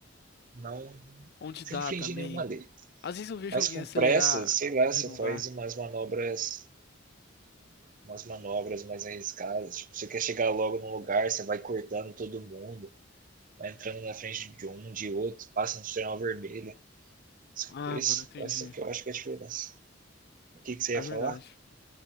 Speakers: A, on the right; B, on the left.
A: não
B: Onde
A: sem
B: dá
A: infringir
B: também.
A: nenhuma lei.
B: Às vezes eu vejo
A: Mas
B: alguém
A: com
B: acelerar
A: pressa, sei
B: onde
A: lá, você
B: não
A: faz
B: dá.
A: umas manobras. Umas manobras mais arriscadas. Tipo, você quer chegar logo no lugar, você vai cortando todo mundo vai entrando na frente de um, de outro, passa no sinal vermelho.
B: Ah,
A: Esse,
B: agora eu entendi.
A: essa que eu acho que é a diferença. O que, que você
B: É
A: ia
B: verdade.
A: falar?